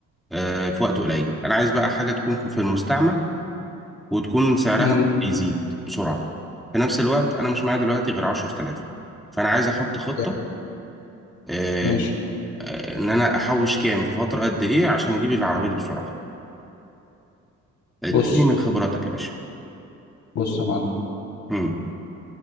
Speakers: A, in the centre; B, on the left.
A: آه، في وقت قليل انا عايز بقى حاجه تكون في المستعمل وتكون سعرها
B: مم.
A: مش بيزيد بسرعه في نفس الوقت انا مش معايا دلوقتي غير 10000 فانا عايز احط خطه
B: طيب.
A: آه،
B: ماشي
A: آه، ان انا احوش كام في فتره قد ايه عشان اجيب العربيه دي بسرعه اديني
B: بص
A: من خبراتك يا باشا
B: بص يا معلم
A: امم